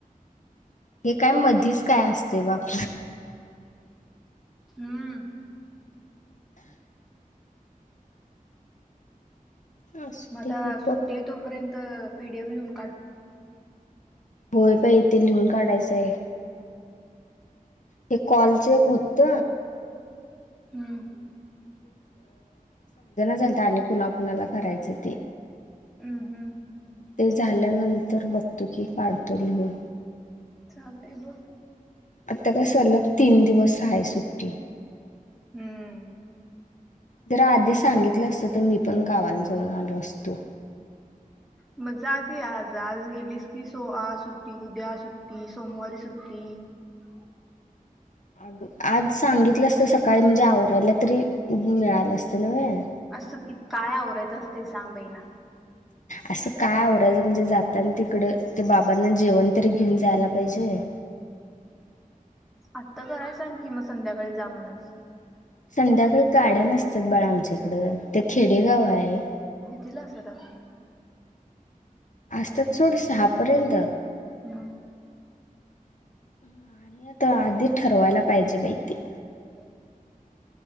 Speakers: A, on the left (about 60°); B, in the centre.
A: हे काय मधीच काय असते बाप
B: हम्म.
A: असू
B: मगं
A: दे
B: आता
A: की
B: सुट्टी
A: बघ
B: हाय तोपर्यंत पी डी एफ लिहून काढ.
A: होय बाई ते लिहून काढायचंय. हे कॉलच एक होत.
B: हम्म.
A: जाता आणि कुणा कुणाला करायचं ते.
B: हम्म हम्म.
A: ते झाल्यानंतर बघतोकी काढतो लिहून.
B: चालतंय बघ.
A: आता काय सलग तीन दिवस हाय सुट्टी.
B: हम्म..
A: जर आधी सांगितलं असतं तर मी पण गावाला जाऊन आलो असतो.
B: मग जा की आज.... आज गेलीस की.. सो-आज सुट्टी.. उद्या सुट्टी... सोमवारी सुट्टी... ह.
A: अ आज सांगितलं असत सकाळी म्हणजे आवरायला तरी.. मिळालं असतं ना व्हय
B: असं कि काय आरायचं असते सांग बाई ना..
A: असं काय आवरायचं म्हणजे जाताना तिकड ते बाबांना जेवण.. तरी घेऊन जायला पाहिजे.
B: आता करायला सांग की... मग संध्याकाळी जा म्हणसं..
A: संध्याकाळी गाड्या नसतात.. बाळ आमच्याकडं ते खेडेगाव
B: कि
A: आहे.
B: कितीला असता मग
A: असतेत सोड सहापर्यंत.
B: म.
A: <unintelligible> आधी ठरवायला पाहिजे बाई ते...
B: <inaudible>